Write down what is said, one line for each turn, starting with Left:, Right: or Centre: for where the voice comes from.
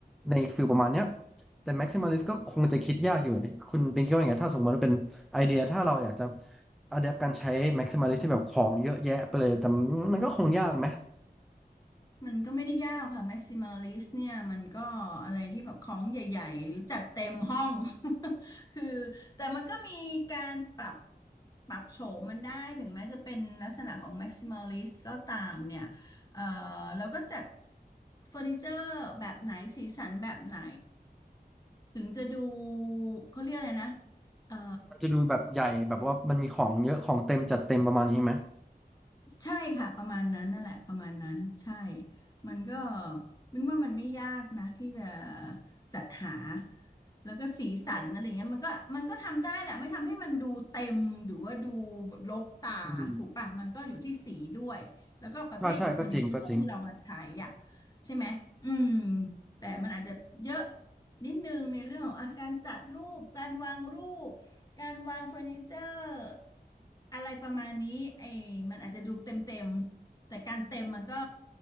Centre: ในฟิลประมาณเนี้ยแต่แม็กซิมอลิสก็คงจะคิดยากอยู่คุณเปินคิดว่าอย่างไงถ้าสมมติว่าเป็นไอเดียถ้าเราอยากจะอะแดปการใช้แม็กซิมอลิสที่แบบของเยอะแยะไปเลยแต่มันก็คงยากไหม
Left: มันก็ไม่ได้ยากค่ะ maximalist เนี่ยมันก็อะไรที่แบบของใหญ่ๆหรือจัดเต็มห้อง <laughs> คือแต่มันก็มีการปรับปรับโฉมมันได้ถึงแม้จะเป็นลักษณะของ maximalist ก็ตามเนี่ยเอ่อเราก็จัดเฟอร์นิเจอร์แบบไหนสีสันแบบไหนถึงจะดูเขาเรียกอะไรนะเอ่อ
Centre: มันจะดูแบบใหญ่แบบว่ามันมีของเยอะของเต็มจัดเต็มประมาณนี้ไหม
Left: ใช่ค่ะประมาณนั้นนั่นแหละประมาณนั้นใช่ มันก็มิงว่ามันไม่ยากนะที่จะจัดหาแล้วก็สีสันอะไรเงี้ยมันก็มันก็ทำได้แหละไม่ทำให้มันดูเต็มหรือว่าดูรกตาถูกปะมันก็อยู่ที่สีด้วยแล้วก็ประเภทของเฟอร์นิเจอร์ที่เรามาใช้อ่ะ
Centre: อืมใช่ใช่ก็จริงก็จริง
Left: ใช่ไหมอืมแต่มันอาจจะเยอะนิดนึงในเรื่องของอาการจัดรูปการวางรูป การวางเฟอร์นิเจอร์อะไรประมาณนี้ไอ้มันอาจจะดูเต็มเต็มแต่การเต็มมันก็